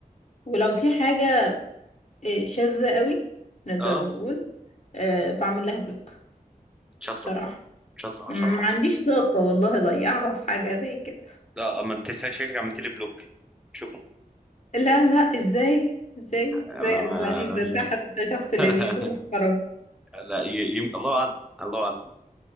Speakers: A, on the left; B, in the centre.
A: ولو في حاجة آه، شاذة قوي نقدر
B: اه
A: نقول آه، بعمل لها بلوك
B: شاطره
A: بصراحة
B: شاطره
A: ما
B: 10 10
A: عنديش طاقة والله أضيعها في حاجة زي كده
B: لا ما انت شكلك عملت لي بلوك شكرا
A: لا لا إزاي إزاي إزاي
B: انا انا
A: عبد
B: ما-
A: العزيز ده ده حتى شخص
B: <laughs>
A: لذيذ ومحترم
B: لا ي... ي... الله اعلم الله اعلم